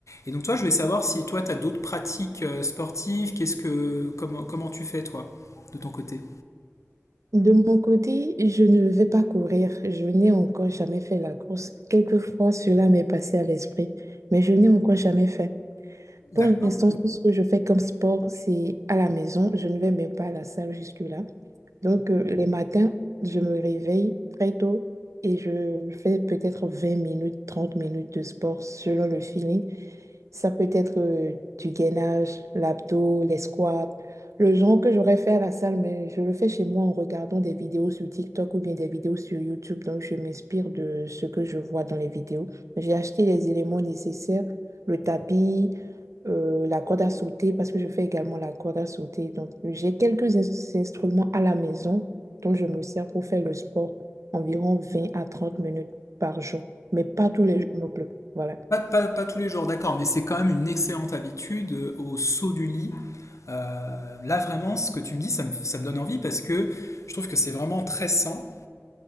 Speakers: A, on the left; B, on the right.
A: Et donc toi, je voulais savoir si toi, tu as d'autres pratiques euh, sportives, qu'est-ce que, comment, comment tu fais toi, de ton côté?
B: De mon côté, je ne vais pas courir. Je n'ai encore jamais fait la course. Quelquefois, cela m'est passé à l'esprit, mais je n'ai encore jamais fait.
A: D'accord.
B: Pour l'instant, tout ce que je fais comme sport, c'est à la maison. Je ne vais même pas à la salle jusque-là. Donc, euh, les matins, je me réveille très tôt et je fais peut-être 20 minutes, 30 minutes de sport selon le feeling. Ça peut être euh, du gainage, l'abdos, les squats, le genre que j'aurais fait à la salle, mais je le fais chez moi en regardant des vidéos sur TikTok ou bien des vidéos sur YouTube. Donc, je m'inspire de ce que je vois dans les vidéos. J'ai acheté les éléments nécessaires, le tapis, euh, la corde à sauter, parce que je fais également la corde à sauter. Donc, j'ai quelques ins- instruments à la maison dont je me sers pour faire le sport environ 20 à 30 minutes par jour, mais pas tous les jours non plus. Voilà.
A: Pas, pas- pas tous les jours, d'accord, mais c'est quand même une excellente habitude euh, au saut du lit. Euh, là, vraiment, ce que tu me dis, ça me, ça me donne envie parce que je trouve que c'est vraiment très sain.